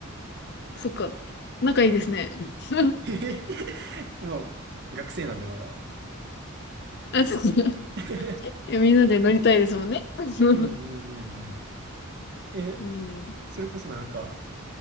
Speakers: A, on the left; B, on the right.
A: そっか。仲いいですね。<laughs>
B: <laughs> まあ、学生なんでまだ。
A: あ、そう。
B: <laughs>
A: え、みんなで乗りたいですもんね。<laughs>
B: うんうんうんうん。え、
A: うん。
B: それこそなんか、